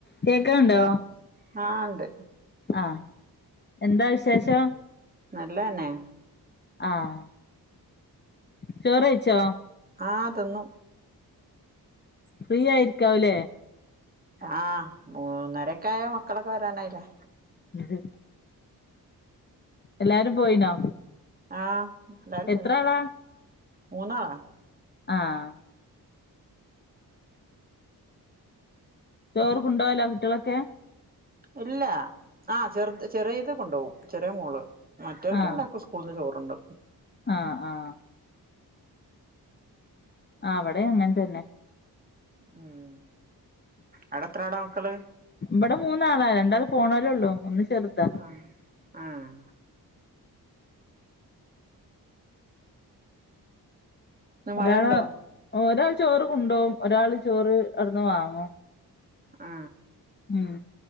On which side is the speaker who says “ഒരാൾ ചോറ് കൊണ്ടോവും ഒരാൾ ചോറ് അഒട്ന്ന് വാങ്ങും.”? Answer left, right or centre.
Left